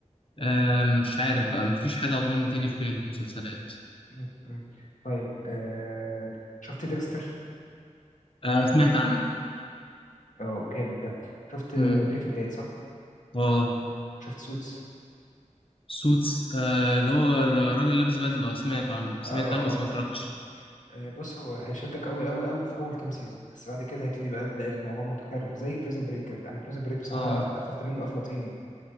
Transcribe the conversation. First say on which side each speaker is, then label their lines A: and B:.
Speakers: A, on the left; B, on the left.
A: آه مش عارف بقى مفيش حاجة اظن تاني في بالي في مسلسلات
B: مم، مم. طيب آه شفت ديكستر
A: آه سمعت عنه
B: اه جامد ده شفت
A: امم
B: بريكنج باد صح
A: اه
B: شفت سوتس
A: سوتس آه اللي هو الراجل اللي لابس بدلة سمعت عنه سمعت
B: اه
A: عنه
B: اه
A: بس ما اتفرجتش
B: مم. آه، بص هو هيشدك قوي قوي قوي في اول كام سيزون بس بعد كده هيبتدي بقى تلاقي الموضوع متكرر زي بريزن بريك كده انا بريزن بريك بصراحه
A: اه
B: اتقفلت منه افلاطين يعني